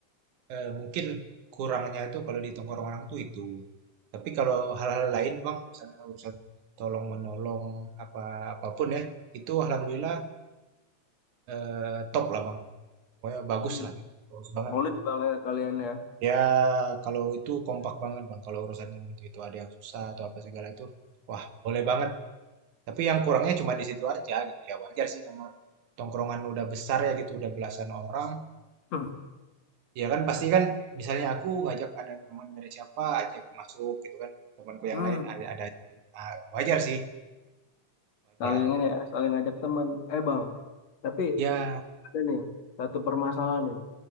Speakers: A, on the right; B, on the left.
A: eh, mungkin kurangnya itu kalau di tongkrongan tuh itu. Tapi kalau hal-hal lain bang, misalnya urusan tolong menolong apa apapun ya, itu alhamdulillah eh, top lah bang. Pokoknya bagus
B: Hmm.
A: lah, gitu. bagus banget
B: solid
A: lah.
B: banget kalian ya
A: Ya kalau itu kompak banget bang. Kalau urusan yang itu itu ada yang susah atau apa segala itu, wah boleh banget Tapi yang kurangnya cuma di situ aja gitu ya wajar sih nama tongkrongan udah besar ya gitu udah belasan orang
B: <laughs> hmm.
A: ya kan pasti kan misalnya aku ngajak ada teman dari siapa ajak masuk gitu kan temanku
B: Hmm,
A: yang lain ada ada aja. Ah, wajar sih wajar
B: saling ini ya saling ngajak teman eh bang tapi
A: ya
B: ada nih satu permasalahan nih